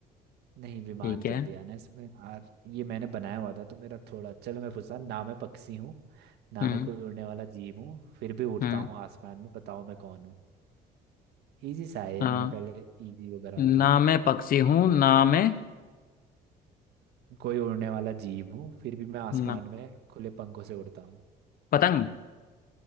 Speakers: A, on the right (about 75°); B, on the left (about 60°).
A: नहीं विमान
B: ठीक
A: कह
B: है
A: दिया ना इसमें यार ये मैंने बनाया हुआ था तो मेरा थोड़ा चलो मैं पूछता हूँ, ना मैं पक्षी हूँ ना
B: हम्म
A: मैं कोई उड़ने वाला जीव हूँ फिर भी उड़ता
B: हम्म
A: हूँ आसमान में बताओ मैं कौन हूँ इजी सा है ये
B: आ,
A: मैंने पहले इजी वगैरह आ दिए
B: ना मैं पक्षी हूँ ना मैं
A: कोई उड़ने वाला जीव हूँ फिर भी मैं आसमान
B: ना
A: में खुले पंखों से उड़ता हूँ
B: पतंग